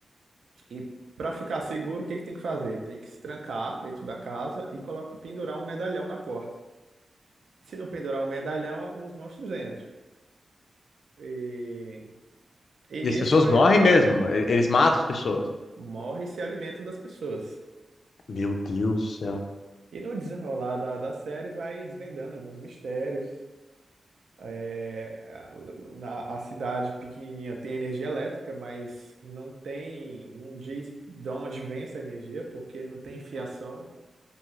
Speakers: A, on the right; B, on the left.
A: e para ficar seguro, o que que tem que fazer? Tem que se trancar dentro da casa e coloca, pendurar um medalhão na porta. Se não pendurar um medalhão, os monstros entram. E, e
B: E
A: nisso
B: as pessoas
A: eh,
B: morrem mesmo. e- Eles matam as pessoas.
A: morre e se alimenta das pessoas.
B: Meu Deus do céu.
A: E no desenrolar da, da série vai desvendando alguns mistérios. é a, na- a cidade pequenininha tem energia elétrica, mas não tem, não diz de onde vem essa energia, porque não tem fiação